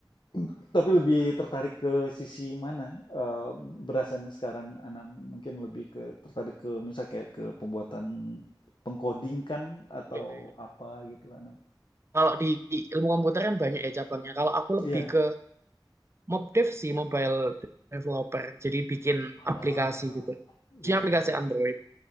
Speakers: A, on the left (about 65°); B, on the right (about 30°).
A: Tapi lebih tertarik ke sisi mana, eee, berasanya sekarang Ana mungkin lebih ke tertarik ke misal kayak ke pembuatan peng-coding kan? atau
B: Iya. iya.
A: apa gitu Ana?
B: Kalau di ilmu komputer kan banyak ya cabangnya. Kalau aku lebih
A: Iya.
B: ke MobDev sih, mobile developer. Jadi bikin
A: Ah,
B: aplikasi gitu. Jadi
A: iya
B: aplikasi
A: iya.
B: Android.